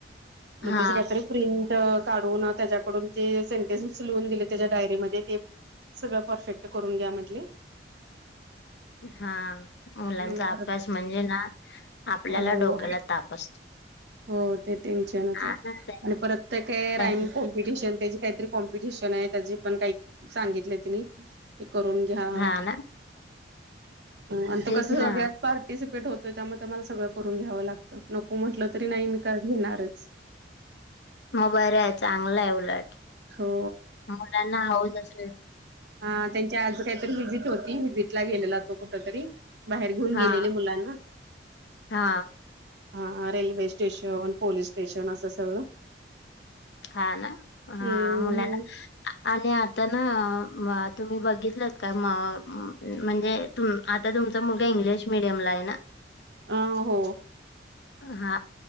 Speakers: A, on the right; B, on the left.
A: मग
B: हा
A: त्याची काहीतरी प्रिंट काढून त्याच्याकडून ते सेंटेन्सून उचलुन दिले त्याच्या डायरीमध्ये ते सगळं परफेक्ट करून घ्या म्हटले.
B: हा मुलांचा
A: आणि परत
B: अभ्यास म्हणजे ना आपल्याला
A: हो
B: डोक्याला ताप असतो.
A: हो ते टेन्शनच
B: हा
A: आहे
B: ना ते
A: आणि परत ते काय राईम
B: ते-
A: कोम <unintelligible> त्या काहीतरी कॉम्पिटिशन आहे त्याजी पण काही सांगितल त्यांनी ते करून घ्या
B: हा ना
A: आणि त
B: तेच
A: कस सगळ्यात
B: ना
A: पार्टिसिपे <unintelligible> होतो त्यामुळे मला सगळं करून घ्यावं लागत नको म्हटलं तरी नाही मी घेणारच.
B: <inaudible> मग बरं आहे चांगलं आहे उलट
A: हो
B: मुलांना हाऊस अस
A: ह त्यांची आज काहीतरी विजिट होती व्हिजिटला गेलेला तो कुठ तरी. बाहेर घेऊन
B: हा
A: गेलेले मुलांना
B: हा
A: हा रेल्वे स्टेशन पोलीस स्टेशन असं सगळं.
B: हा ना हा
A: हम्म
B: मुलांना आणि आता ना म तुम्ही बघितलंत काय म- म्हणजे तु आता तुमचा मुला इंग्लिश मिडियमला आहे ना.
A: अ हो.
B: हा